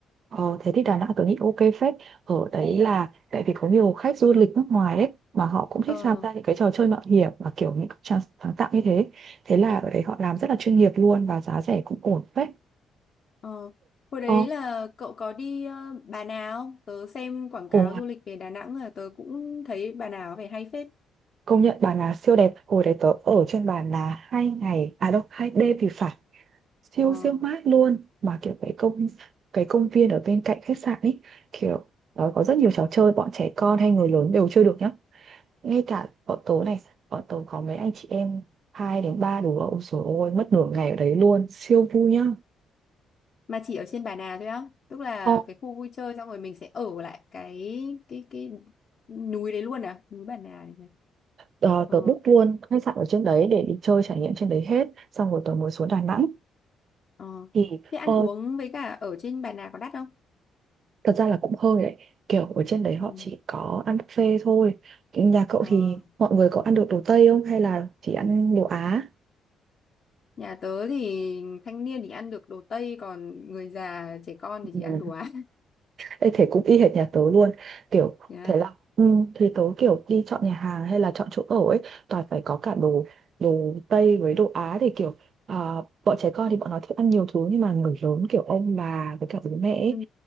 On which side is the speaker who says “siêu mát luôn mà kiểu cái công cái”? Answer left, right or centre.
Right